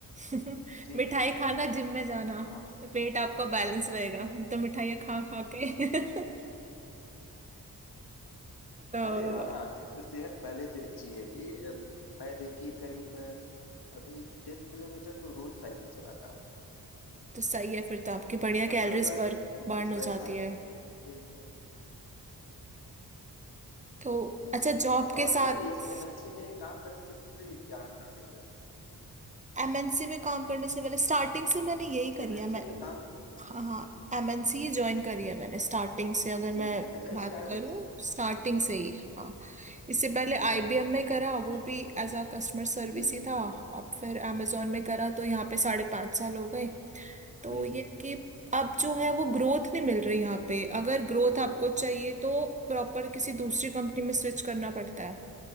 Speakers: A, on the right; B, on the left.
A: <laughs>
B: चीज
A: मिठाई खाना जिम में जाना
B: हाँ
A: पेट आपका बैलेंस रहेगा नहीं तो मिठाइयाँ खा खा के <laughs> तो
B: अरे हाँ हाँ सेहत पहले से अच्छी है जी अम, मैं देखिए करीब अ, अभी टेन किलोमीटर तो रोज साइकिल चलाता हूँ
A: तो सही है फिर तो आपकी बढ़िया
B: मतलब
A: कैलोरीज
B: अ,
A: बर्न बर्न
B: कुछ
A: हो
B: वैसा
A: जाती
B: रहे
A: है
B: जिससे
A: तो
B: जी
A: अच्छा
B: जी
A: जॉब के
B: और
A: साथ
B: अ, इस एमएनसी में काम करने से पहले क्या करते थे आप
A: एमएनसी में काम करने से पहले स्टार्टिंग से मैंने यही करी
B: एमएनसी
A: है
B: में काम
A: हाँ
B: जी
A: हाँ
B: जी
A: एमएनसी ही ज्वाइन करी है मैंने स्टार्टिंग से अगर मैं
B: जी जी अच्छा
A: बात
B: स्टार्टिंग
A: करूँ
B: से
A: स्टार्टिंग से ही हाँ इससे पहले आईबीएम में करा वो
B: हम्म
A: भी एज अ कस्टमर सर्विस
B: जी
A: ही
B: जी
A: था अब फिर amazon में करा तो यहाँ पे साढ़े पाँच साल हो गए तो
B: जी
A: ये
B: जी
A: कि अब जो है वो ग्रोथ नहीं मिल रही यहाँ पे अगर ग्रोथ
B: ओ
A: आपको चाहिए तो प्रॉपर किसी दूसरी कंपनी में स्विच करना पड़ता है